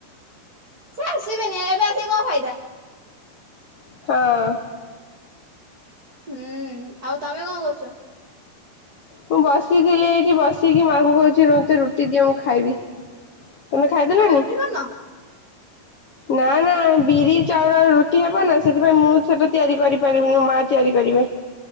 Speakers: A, on the right (about 45°); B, on the left (about 65°).
A: ସେ ଆସିବେନି ଏବେ ଆସିକି କଣ ଫାଇଦା।
B: ହଁ।
A: ହୁଁ। ଆଉ ତମେ କଣ କରୁଚ?
B: ମୁଁ ବସିଥିଲି ଏଇଠି ବସିକି ମାଆଙ୍କୁ କୋହୁଚି ରୁ-ରୁଟି ଦିଅ ମୁଁ ଖାଇବି। ତମେ ଖାଇଦେଲଣି?
A: ରୁଟି କରିନ?
B: ନାଁ ନାଁ ବିରି ଚାଉଳରେ ରୁଟି ହେବ ନା ସେଥିପାଇଁ ମୁଁ ସେଟା ତିଆରି କରିପାରିବିନି ମା ତିଆରି କରିବେ।